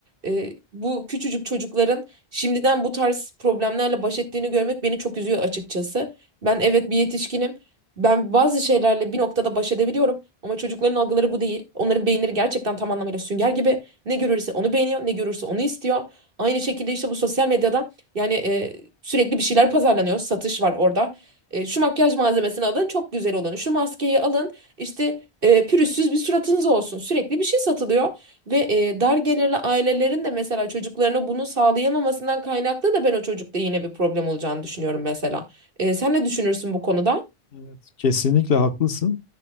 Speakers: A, on the right; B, on the left.
A: Ee, bu küçücük çocukların şimdiden bu tarz problemlerle baş ettiğini görmek beni çok üzüyor açıkçası. Ben evet bir yetişkinim. Ben bazı şeylerle bir noktada baş edebiliyorum ama çocukların algıları bu değil. Onların beyinleri gerçekten tam anlamıyla sünger gibi. Ne görürse onu beğeniyor, ne görürse onu istiyor. Aynı şekilde işte bu sosyal medyada yani e, sürekli bir şeyler pazarlanıyor. Satış var orada. E, şu makyaj malzemesini alın, çok güzel olanı. Şu maskeyi alın. İşte e, pürüzsüz bir suratınız olsun. Sürekli bir şey satılıyor ve e, dar gelirli ailelerin de mesela çocuklarına bunu sağlayamamasından kaynaklı da ben o çocukta yine bir problem olacağını düşünüyorum mesela. E, sen ne düşünürsün bu konuda?
B: Evet. Kesinlikle haklısın.